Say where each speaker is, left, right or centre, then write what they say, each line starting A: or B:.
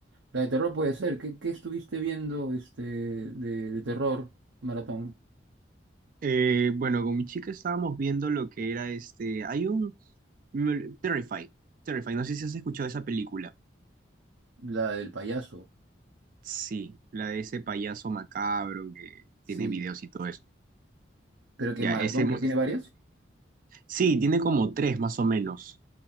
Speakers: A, on the right; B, on the right.
A: La de terror puede ser. ¿Qué, qué estuviste viendo este, de, de terror, Maratón?
B: Eh, bueno, con mi chica estábamos viendo lo que era este. Hay un. me- Terrify. Terrify. No sé si has escuchado esa película.
A: La del payaso,
B: Sí, la de ese payaso macabro que tiene
A: sí.
B: videos y todo eso.
A: ¿Pero que
B: Ya,
A: Maratón,
B: ese hemos
A: que tiene
B: estado
A: varias?
B: viendo. Sí, tiene como tres más o menos.